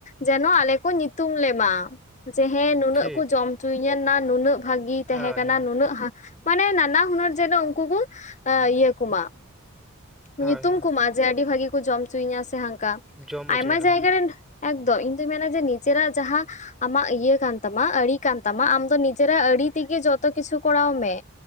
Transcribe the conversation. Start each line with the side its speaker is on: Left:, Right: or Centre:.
Left: ᱡᱮᱱᱚ ᱟᱞᱮ ᱠᱚ ᱧᱩᱛᱩᱢ ᱞᱮᱢᱟ ᱡᱮ ᱦᱮᱸ ᱱᱩᱱᱟᱹᱜ
Centre: ᱴᱷᱤᱠ
Left: ᱠᱚ ᱡᱚᱢ ᱦᱚᱪᱚᱧᱟᱹᱱᱟ ᱱᱩᱱᱟᱹᱜ ᱵᱷᱟᱹᱜᱤ ᱛᱟᱦᱮᱸ
Centre: ᱦᱳᱭ
Left: ᱠᱟᱱᱟ
Centre: ᱦᱳᱭ
Left: ᱱᱩᱱᱟᱹᱜ ᱢᱟᱱᱮ ᱱᱟᱱᱟ ᱦᱩᱱᱟᱹᱨ ᱡᱮᱱᱚ ᱩᱱᱠᱩ ᱠᱚ ᱤᱭᱟᱹ ᱠᱚᱢᱟ
Centre: ᱦᱳᱭ
Left: ᱧᱩᱛᱩᱢ
Centre: ᱦᱳᱭ
Left: ᱠᱚᱢᱟ ᱡᱮ ᱟᱹᱰᱤ ᱵᱷᱟᱹᱜᱤ ᱠᱚ ᱡᱚᱢ ᱦᱚᱪᱚᱤᱧᱟ ᱥᱮ ᱦᱟᱱᱠᱟ
Centre: ᱡᱚᱢ ᱦᱚᱪᱚᱭᱮᱱᱟ
Left: ᱟᱭᱢᱟ ᱡᱟᱭᱜᱟ ᱨᱮᱱ ᱮᱠᱫᱚᱢ ᱤᱧ ᱫᱩᱧ ᱢᱮᱱᱟ ᱡᱮ ᱱᱤᱡᱮᱨᱟᱜ ᱡᱟᱦᱟᱸ ᱟᱢᱟᱜ ᱤᱭᱟᱹ ᱠᱟᱱ ᱛᱟᱢᱟ ᱟᱹᱲᱤ ᱠᱟᱱ ᱛᱟᱢᱟ ᱟᱢ ᱫᱚ ᱱᱤᱡᱮᱨᱟᱜ ᱟᱹᱲᱤ ᱛᱮᱜᱮ ᱡᱚᱛᱚ ᱠᱤᱪᱷᱩ ᱠᱚᱨᱟᱣ ᱢᱮ